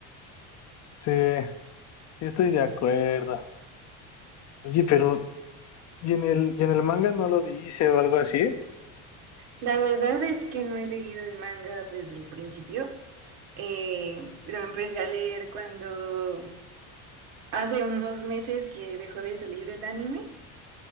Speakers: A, on the left; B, on the right.
A: Sí, sí estoy de acuerdo. Oye, pero. ¿Y en el, y en el manga no lo dice o algo así?
B: La verdad es que no he leído el manga desde el principio. Eh, lo empecé a leer cuando hace unos meses que dejó de salir el anime.